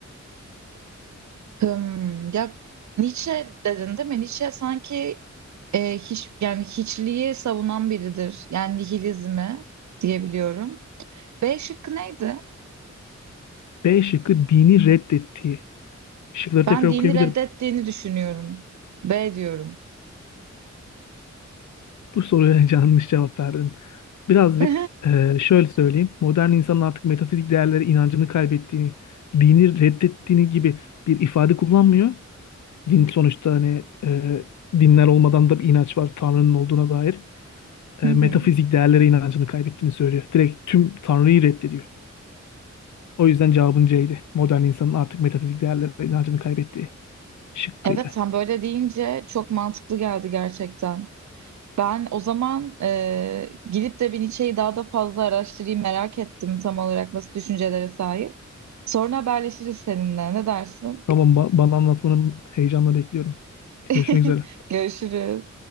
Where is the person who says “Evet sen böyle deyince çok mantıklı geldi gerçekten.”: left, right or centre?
Right